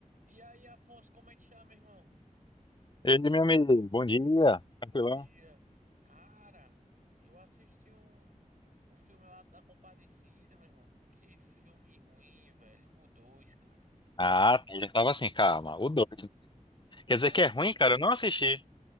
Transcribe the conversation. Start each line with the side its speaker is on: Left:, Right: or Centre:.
Right: E aí, Afonso, como é que chama, meu irmão?
Left: Ele, meu amigo, bom dia, tranquilão?
Right: Bom dia. Cara, eu assisti um o filme lá da Compadecida, meu irmão. Que filme ruim, velho. O dois cara.
Left: Ah, eu já tava assim, calma, o dois. Quer dizer
Right: Acabou,
Left: que é ruim, cara? Eu não assisti.